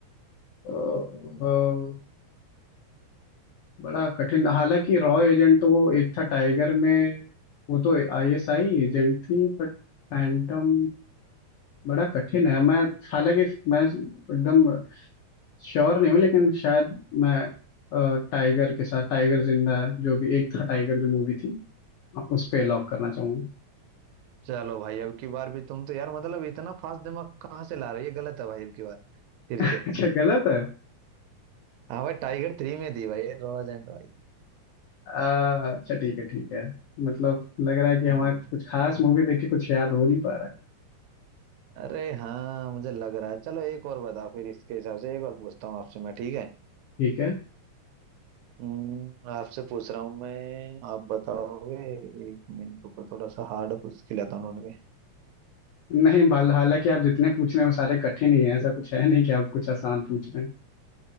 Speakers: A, on the left; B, on the right.
A: अ, अ, बड़ा कठिन हालांकि रॉ एजेंट तो वो एक था टाइगर में वो तो आईएसआई एजेंट थी बट फैंटम बड़ा कठिन है मैं हालांकि मैं एकदम श्योर नहीं हूँ लेकिन शायद मैं अ, टाइगर के साथ टाइगर जिंदा है जो भी एक था टाइगर जो मूवी थी उस पे लॉक करना चाहूंगा
B: चलो भाई अब की बार भी तुम तो यार मतलब इतना फास्ट दिमाग कहाँ से ला रहे हो ये गलत है भाई अब की बार फिर
A: <laughs>
B: से
A: अच्छा गलत है
B: हाँ भाई टाइगर थ्री में थी भाई रॉ एजेंट भाई
A: आ, अच्छा ठीक है ठीक है मतलब लग रहा है कि हमारे
B: हम्म
A: कुछ खास मूवी देख के कुछ याद हो नहीं पा रहा है
B: अरे हाँ मुझे लग रहा है चलो एक और बताओ फिर इसके हिसाब से एक और पूछता हूँ आपसे मैं ठीक है
A: ठीक है
B: हम्म, आपसे पूछ रहा हूँ मैं आप बताओगे एक मिनट ऊपर थोड़ा सा हार्ड पूछ के लेता हूँ ढूंढ के
A: नहीं बाल हालांकि आप जितने पूछ रहे हैं वो सारे कठिन ही हैं ऐसा कुछ है नहीं कि आप कुछ आसान पूछ रहे